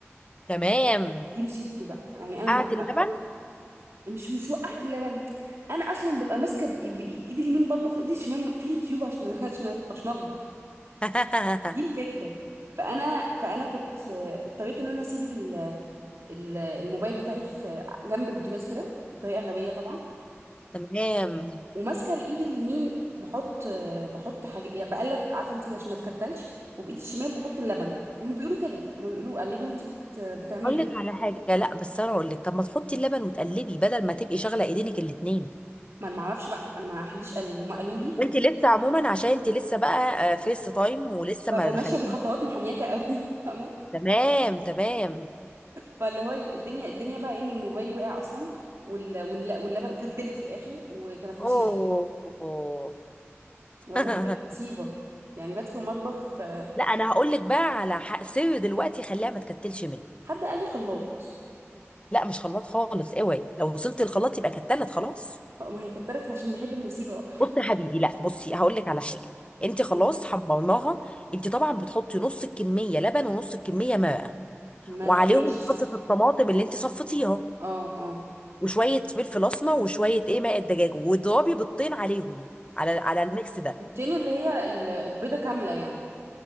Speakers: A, on the left; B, on the right.
A: تمام
B: دي مصيبتي بقى يعني انا
A: قعة
B: ببقى
A: اللبن
B: مش مش وقعت اللبن انا اصلا ببقى ماسكه بإ- بايدي اليمين بطبخ وايدي الشمال في يوتيوب عشان <laughs> عشان عشان اطبخ
A: <laughs>
B: دي الفكره فانا فانا كنت آه، اضطريت ان انا اسيب ال- ال- الموبايل بتاعي في جنب البوتاجاز كده بطريقه غبيه طبعا
A: تمام
B: وماسكه الايد اليمين بحط آه، بحط حاجه يعني بقلب عارفه انت عشان ما تكتلش وبايدي الشمال بحط اللبن هم بيقولوا كده هم بيقولوا قلبي وانت بت... بتعملي
A: اقول لك على حاجه لا بس انا اقول لك طب ما تحطي اللبن وتقلبي بدل ما تبقي شغله ايدينك الاتنين
B: ما انا ما اعرفش بقى انا ما حدش قال لي هم قالوا لي
A: وانت لسه عموما عشان انت لسه بقى آه، فيس تايم ولسه
B: ف...
A: ما
B: فماشيه
A: دخلتيش
B: بالخطوات محنيكه قوي <laughs> فاهمه
A: تمام تمام
B: فاللي هو الدنيا الدنيا بقى إيه، ان الموبايل وقع اصلا وال... وال... واللبن كتلت في الاخر وكانت مصيبه
A: اوه <laughs>
B: والله كانت مصيبه يعني بدخل المطبخ آه،
A: لا انا هقول لك بقى على حق سر دلوقتي خليها ما تكتلش منك
B: حد قال لي خلاط
A: لا مش خلاط خالص اوعي لو وصلت الخلاط يبقى كتلت خلاص
B: آه، ما هي كترت عشان نحل المصيبه بقى
A: بص يا حبيبي لا بصي هقول لك على حاجه انت خلاص
B: م.
A: حمرناها انت طبعا بتحطي نص الكميه لبن ونص الكميه ماء
B: ما
A: وعليهم
B: ماشي صح
A: صلصه الطماطم اللي انت صفتيها
B: اه اه
A: وشويه فلفل اسمر وشويه ايه ماء الدجاج واضربي بيضتين عليهم على على الميكس ده
B: بيضتين اللي هي البيضة كاملة يعني